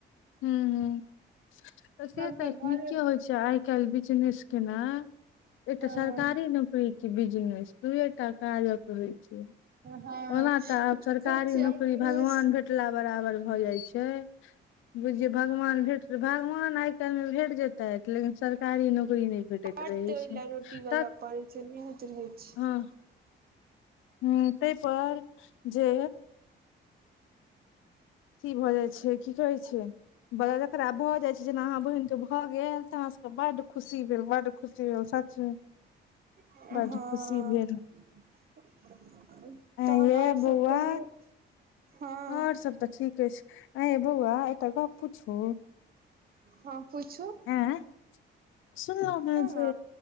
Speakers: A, on the left (about 80°); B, on the right (about 50°).
A: हूं हूं तऽ से
B: सबके
A: त
B: घरे
A: नीके होइ छै आइ काल बीजनेस केनाइ एकटा
B: हँ
A: सरकारी नौकरी कि बिजनेस दुए टा काजक होय छै।
B: हँ
A: ओना तऽ आब
B: देखै
A: सरकारी
B: छियै
A: नौकरी
B: आइ काल्हिमे
A: भगवान भेटला बराबर भऽ जाइ छै। बुझ जे भगवान भेट जे भगवान आइ काल्हि में भेट जेत तैथ लेकिन सरकारी नौकरी नहि भेटैत
B: बड्ड
A: रहै
B: ओइ
A: छै
B: लए रोटी वाला
A: तऽ
B: पड़ै छै नहि होइत रहै छै
A: हँ हं तइ पर जे की भऽ जाइ छै की कहै छै बड़ा जकरा भऽ जाइ छै जेना अहाँ बहिन के भऽ गेल तऽ हमरा सबके बड्ड खुशी भेल बड्ड खुशी भेल सचमे
B: हँ
A: बड्ड खुशी भेल
B: तहन
A: ऐं यै
B: आओर सब
A: बौआ
B: कहियौ हँ।
A: और सब तऽ ठीके छै, अय यौ बौआ एटा गप पूछू?
B: हँ पूछु।
A: हँ, सुनलहु हँ जे
B: ने